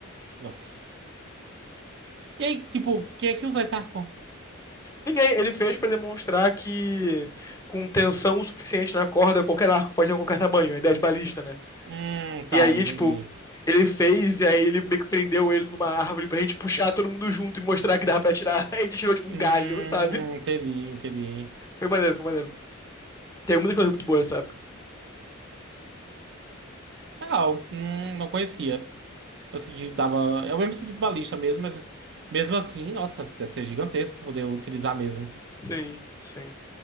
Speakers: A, on the right; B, on the left.
A: Nossa. E aí, tipo, quem é que usa esse arco?
B: Ninguém. Ele fez pra demonstrar que com tensão o suficiente na corda, qualquer arco pode ter qualquer tamanho. A ideia de balista, né?
A: Hum, tá,
B: E aí,
A: entendi.
B: tipo, ele fez, e aí ele meio que prendeu ele numa árvore pra gente puxar todo mundo junto e mostrar que dava pra tirar. <laughs> a gente tirou, tipo, um
A: Hum,
B: galho, sabe?
A: entendi, entendi.
B: Foi maneiro, foi maneiro. Tem muitas coisas muito boas nessa época.
A: Legal. Hum, não conhecia. Assim, que dava. É o mesmo sentido de balista mesmo, mas mesmo assim, nossa, deve ser gigantesco poder utilizar mesmo.
B: Sim, sim.